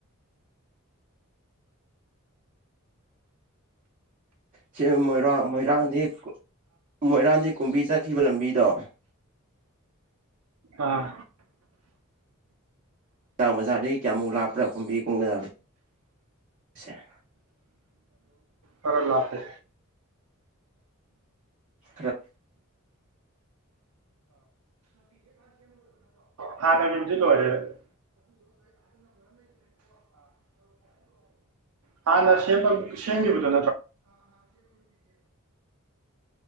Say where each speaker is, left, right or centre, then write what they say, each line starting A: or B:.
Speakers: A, on the right; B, on the right.
A: ꯁꯤ ꯃꯣꯏꯔꯥꯡ ꯃꯣꯏꯔꯥꯡꯗꯤꯛ ꯃꯣꯏꯔꯥꯡꯗꯦꯛ ꯀꯨꯝꯕꯤ ꯆꯠꯈꯤꯕ ꯂꯝꯕꯤꯗꯣ
B: ꯑꯥ
A: ꯆꯥꯡꯕꯖꯥꯔꯗꯒꯤ ꯀꯌꯥꯃꯨꯛ ꯂꯥꯞꯄ꯭ꯔꯥ ꯈꯨꯝꯕꯤ ꯀꯨꯝꯕꯖꯥꯦꯦ
B: ꯍꯔ ꯍꯥꯤ
A: ꯈꯔ
B: ꯍꯅ ꯃꯁꯤ ꯂꯣꯏꯔꯦ ꯍꯥꯟꯅ ꯁꯦꯝꯕꯗꯨꯣ